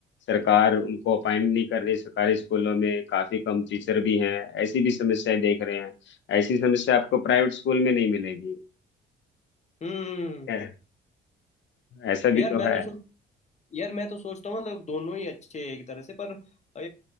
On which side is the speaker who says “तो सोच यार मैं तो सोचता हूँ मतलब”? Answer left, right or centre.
Left